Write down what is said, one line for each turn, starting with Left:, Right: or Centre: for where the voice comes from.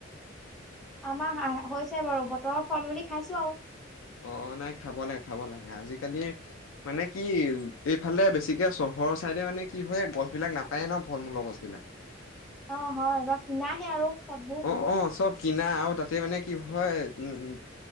Centre: আমাৰ আ হৈছে বাৰু, বতৰৰ ফল বুলি খাইছোঁ আৰু।
Left: অ'! নাই খাব লাগে, খাব লাগে। আজিকালি মানে, কি এইফালে বেছিকে চহৰৰ চাইডে মানে, কি হয়, গছ বিলাক নাপায় ন' ফল-মূলৰ গছ বিলাক।
Centre: অ'! হয়। এইবাৰ কিনাহে আৰু চববোৰ।
Left: অ' অ' চব কিনা আৰু তাতে মানে কি হয়, উম!